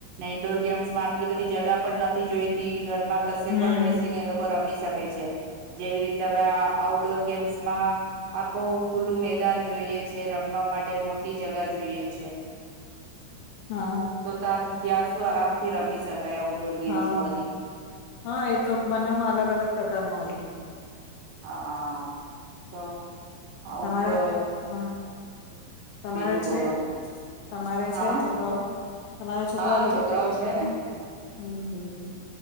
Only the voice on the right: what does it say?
ઈન્ડોર ગેમ્સમાં આટલી બધી જ ગા પણ નથી જોઈતી ઘરમાં કશે
પણ બેસી ને એ લોકો રમી શકે છે જેવી રીતે હવે આ આઉટડોર ગેમ્સમાં આખું ખુલ્લું મેદાન જોઈએ છે રમવા માટે મોટી જગા જોઈએ છે
તો તા ત્યાં શું આરામથી રમી શકાય આઉટડોર ગેમ્સો
બધી
હ હા તો હ
તો
બીજું બોલો
હા
હા,
છોકરાઓ છે ને,